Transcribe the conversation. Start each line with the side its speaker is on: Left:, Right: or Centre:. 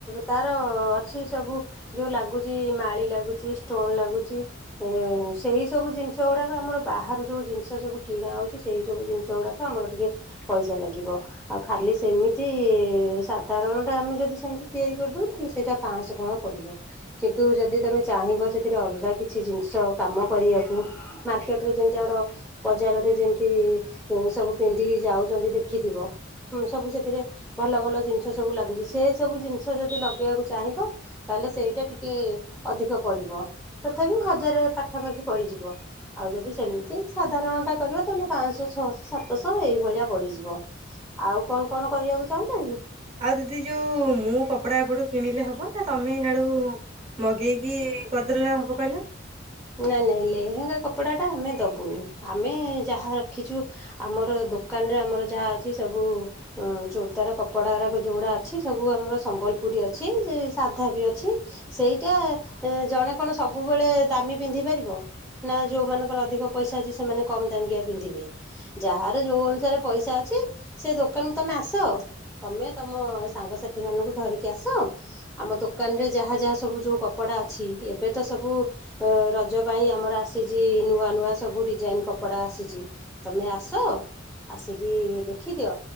Centre: ତାର ଅଛି ସବୁ ଯୋଉ ଲାଗୁଛି ମାଳି ଲାଗୁଛି ଷ୍ଟୋନ ଲାଗୁଛି ଏ ସେଇ ସବୁ ଜିନିଷ ଗୁଡାକ ଆମର ବାହାରୁ ଯୋଉ ଜିନିଷ ସବୁ କିଣା ହଉଛି ସେଇ ସବୁ ଜିନିଷ ଗୁଡାକ ଆମର ଟିକେ ପଇସା ଲାଗିବ ଆଉ ଖାଲି ସେମିତି ସାଧାରଣଟା ଆମେ ଯଦି ସେମିତି ତିଆରି କରିଦେବୁ ତାହାଲେ ସେଇଟା ପାଞ୍ଚଶହ ଟଙ୍କା ପଡ଼ିବ। କିନ୍ତୁ ଯଦି ତମେ ଚାହିଁବ ସେଥିରେ ଅଲଗା କିଛି ଜିନିଷ କାମ କରିବାକୁ ମାର୍କେଟରେ ଯେମିତି ଆମର ବଜାରରେ ଯେମିତି ସବୁ ପିନ୍ଧିକି ଯାଉଛନ୍ତି ଦେଖିଥିବ ସବୁ ସେଥିରେ ଭଲ ଭଲ ଜିନିଷ ସବୁ ଲାଗୁଛି ସେ ସବୁ ଜିନିଷ ଯଦି ଲଗେଇବାକୁ ଚାହିଁବ ତାହେଲେ ସେଇଟା ଟିକେ ଅଧିକ ପଡ଼ିବ ତଥାପି ହଜାରେ ପାଖାପାଖି ପଡ଼ିଯିବ ଆଉ ଯଦି ସେମିତି ସାଧାରଣଟା କରିବ ତାହେଲେ ପାଞ୍ଚଶହ ଛଅଶହ ସାତଶହ। ତ ସବ ଏଇଭଳିଆ ପଡିଯିବ ଆଉ କଣ କଣ କରିବାକୁ ଚାହୁଁଛ କି?
Right: ଆଉ ଦିଦି ଯୋଉ ମୁଁ କପଡା ଏପଟୁ କିଣିଲେ ହବ ନା ତମେ ଇଆଡୁ ମଗେଇକି କରିଦେଲେ ହବ କହିଲ।
Centre: ନାଇଁ ନାଇଁ ଲେହେଙ୍ଗା କପଡା ଟା ଆମେ ଦବୁନି ଆମେ ଯାହା ରଖିଛୁ ଆମର ଦୋକାନରେ ଆମର ଯାହା ଅଛି ସବୁ ଚୋରଦାର କପଡା ଗାକ ଯୋଉଗୁଡା ଅଛି ସବୁ ଆମର ସମ୍ବଲପୁରୀ ଅଛି ସାଧା ବି ଅଛି ସେଇଟା ଜଣେ କଣ ସବୁବେଳେ ଦାମୀ ପିନ୍ଧି ପାରିବ ନା ଯୋଉମାନାନଙ୍କର ଅଧିକ ପଇସା ଅଛି ସେମାନେ କମ ଦାମ କି ପିନ୍ଧିବେ। ଯାହାର ଯୋଉ ଅନୁସାରେ ପଇସା ଅଛି ସେ ଦୋକାନରୁ ତମେ ଆସ ତମେ ତମ ସାଙ୍ଗସାଥି ମାନଙ୍କୁ ଧରିକି ଆସ ଆମ ଦୋକାନ ରେ ଯାହା ଯାହା ସବୁ ଯୋଉ କପଡା ଅଛି ଏବେ ତ ସବୁ ରଜ ପାଇଁ ଆମର ଆସିଛି ନୂଆ ନୂଆ ସବୁ ଡିଜାଇନ କପଡ଼ା ଆସିଛି ତୁମେ ଆସ ଆସିକି ଦେଖିଦିଅ